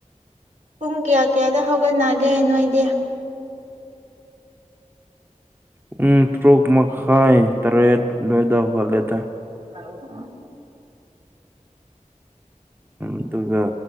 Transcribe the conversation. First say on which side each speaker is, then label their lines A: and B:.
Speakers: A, on the right; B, on the right.
A: ꯄꯨꯡ ꯀꯌꯥ ꯀꯌꯥꯗ ꯍꯧꯒꯠꯅꯒꯦ ꯅꯣꯏꯗꯤ
B: ꯄꯨꯡ ꯇꯔꯨꯛ ꯃꯈꯥꯏ ꯇꯔꯦꯠ ꯑꯗꯨꯋꯥꯏꯗ ꯍꯧꯒꯠꯂꯦꯗ
A: <unintelligible>
B: ꯑꯗꯨꯒ